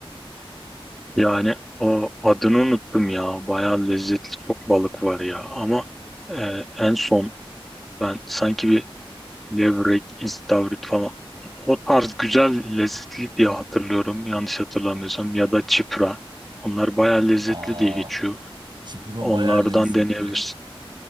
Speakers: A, in the centre; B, on the right (about 50°).
A: Yani o adını unuttum ya. Bayağı lezzetli çok balık var ya. Ama e, en son ben sanki bir levrek, istavrit falan. O tarz güzel, lezzetli diye hatırlıyorum. Yanlış hatırlamıyorsam. Ya da çipra. Onlar bayağı lezzetli
B: Aa,
A: diye geçiyor.
B: çipuro
A: Onlardan
B: bayağı lezzetli.
A: deneyebilirsin.